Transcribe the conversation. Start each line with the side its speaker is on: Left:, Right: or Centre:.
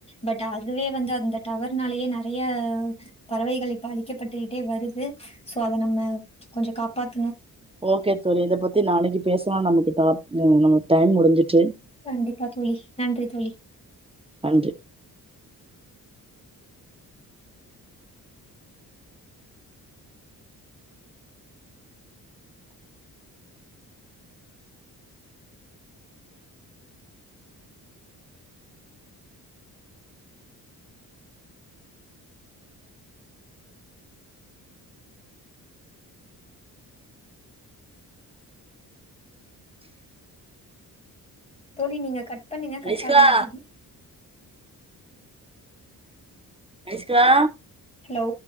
Left: பட் அதுவே வந்து அந்த டவர்னாலயே நெறைய பறவைகள் இப்ப அழிக்கப்பட்டுக்குட்டே வருது சோ அத நம்ம கொஞ்சோ காப்பாத்
Right: ஓகே தோழி இத பத்தி நாளைக்கு பேசலா நமக்கு டாப் அ நமக்கு டைம் முடிஞ்சுறுச்சு
Left: கண்டிப்பா தோழி நன்றி தோழி
Right: நன்றி
Left: தோழி நீங்க கட் பண்ணுங்க
Right: அனுஷ்கா
Left: கட்டாக மாட்டேங்கி
Right: ஐஸ்கா
Left: டவ்